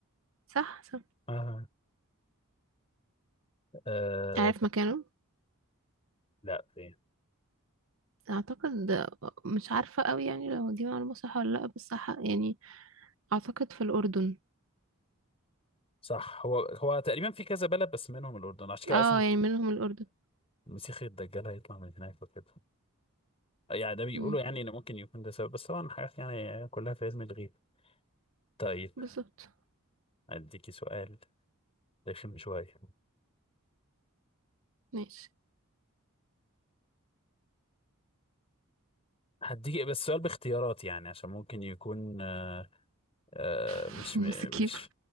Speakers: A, on the right; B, on the left.
A: صح صح
B: اه, آه.
A: عارف مكانه
B: لا فين
A: اعتقد مش عارفة قوي يعني لو دي معلومة صح ولا لا بس ح- يعني اعتقد في الاردن
B: صح هو هو تقريبا في كذا بلد بس منهم الأردن عشان كده
A: اه
B: أصلا
A: يعني منهم الاردن
B: المسيح الدجال هيطلع من هناك وكده يعني ده بيقولوا
A: مم.
B: يعني إن ممكن يكون ده سبب بس طبعا حاجات يعني كلها في علم الغيب طيب
A: بالظبط
B: أديكي سؤال رخم شوية
A: ماشي
B: هديكي بس سؤال باختيارات يعني عشان ممكن يكون آه آه
A: <laughs>
B: مش م-
A: مسكيب
B: مش